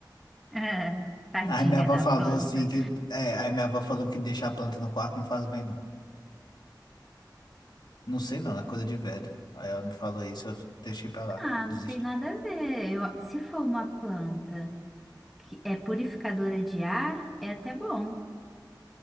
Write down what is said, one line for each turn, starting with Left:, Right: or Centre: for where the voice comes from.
Centre: Ah, Tadinha
Left: Aí minha avó
Centre: da
Left: falou
Centre: planta.
Left: assim que. É, aí minha avó falou que deixar a planta no quarto não faz bem, não. Não sei não, é coisa de velho. Aí ela me falou isso, eu deixei pra lá.
Centre: Ah, não
Left: Desisti.
Centre: tem nada a ver. Eu, se for uma planta que é purificadora de ar, é até bom.